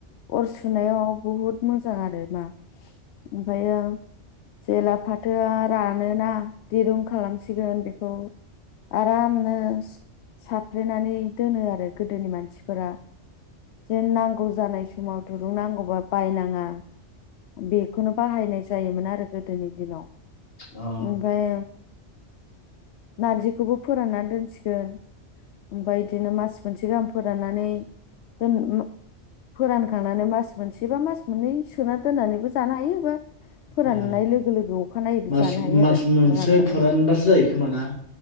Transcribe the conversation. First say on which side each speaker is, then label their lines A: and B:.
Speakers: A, on the left; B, on the left.
A: अर सुनायाव बहुथ मो जां आरो मा ओमफायो जेला फाथोआ रानोना दिरुं खालामसिगोन बे खौ आरामनो साफ्रेनानै दोनो आरो गोदोनि मानसिफोरा जे नांगौ जानाय स समाव दुरुं नांगौबा बायनाङा बेखौनो बाहायनाय जायोमोन आरो गोदोनि दिनाव
B: अ
A: ओमफ्राय नारजिखौबो फोरानना दोनसिगोन ओमफाय इदिनो मास मोनसे गाहाम फोराननानै दोन उम फोरानखांनानै मास मोनसे बा मास मोननै सोना दोननानैबो जानो हायो बा फोराननाय
B: ओ
A: लोगो लोगो अखानायैबो
B: मास
A: जानो हायो
B: मास
A: आरो
B: मोनसे
A: रानबाथाय
B: फोरानबासो जायो खोमा ना?